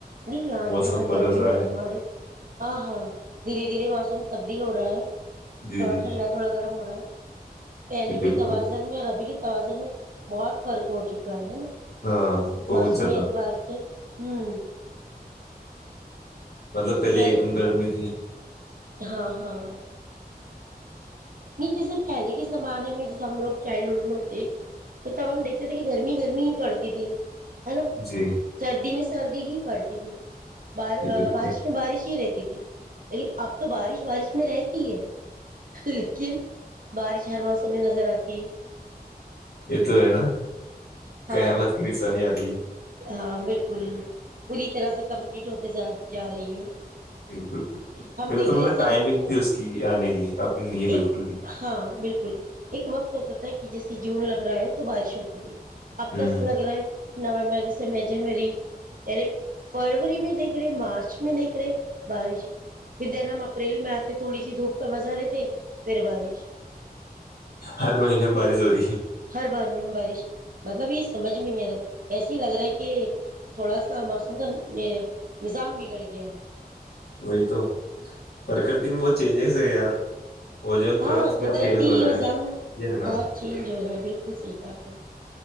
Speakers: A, on the right; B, on the left.
A: نہیں اں
B: موسم
A: تو بہت
B: بدل
A: گرمی
B: رہا
A: ہے ہمارے ہاں ہاں دھیرے دھیرے موسم تبدیل ہو رہا ہے
B: جی
A: تھوڑا
B: جی
A: ٹھنڈا
B: جی
A: تھوڑا گرم ہو رہا ہے پہلے کے
B: بالکل
A: توازن میں اور ابھی کے توازن میں بہت فرق ہو چکا ہے نا
B: ہاں بہت
A: موسمی
B: زیادہ
A: اعتبار سے ہوں
B: مطلب
A: پہلے
B: ایک دم گرمی تھی
A: ہاں ہاں نہیں جیسے پہلے کے زمانے میں جب ہم لوگ چائلڈ ہوڈ میں ہوتےے تو تب ہم دیکھتے تھے کہ گرمی گرمی ہی پڑتی تھی ہے نا
B: جی
A: سردی میں سردی ہی پڑتی جی ار
B: جی بالکل
A: بارش میں بارش ہی رہتی تھی لیکن اب تو بارش بارش میں رہ ٹھیک ہے لیکن بارش ہر موسم میں نظر آتی ہے
B: یہ تو ہے نا
A: ہاں
B: قیامت کی نشانی ارہی ہے
A: ہاں بالکل پوری طرح سے کمپلیٹ ہوتے جا رہی ہے
B: بالکل بالکل
A: ہم
B: پھر
A: دیکھ
B: تو مطلب
A: رہے سر
B: ٹائمنگ تھی اس کی آنے کی اب نہیں ہے
A: ایک
B: بالکل بھی
A: ہاں بالکل ایک وقت ہوتا تھا جیسے جون لگ رہا ہے تو بارش ہوتی تھی اب
B: ہ
A: تو ایسا لگ رہا ہے نویمبر دسمبر جنوری یعنی فروری میں دیکھ رہے مارچ میں دیکھ رہے بارش ودرم اپریل میں تھوڑی سی دھوپ کا مزہ لیتے پھر بارش
B: ہر مہینے بارش ہو رہی ہے
A: ہر بار بارش مطلب یہ سمجھ میں نہیں آ رہا ایسے ہی لگ رہا ہے کہ تھوڑا سا موسم کا نظام بگڑ گیا ہے
B: وہی تو پرکرتی میں بہت چینجز ہے یار اوجون
A: ہاں
B: پرت میں
A: قدرتی
B: چھید ہو رہا
A: نظام
B: ہے یہ ہے نا
A: بہت چینج ہو رہا ہے بالکل صحیح کہا آپ نے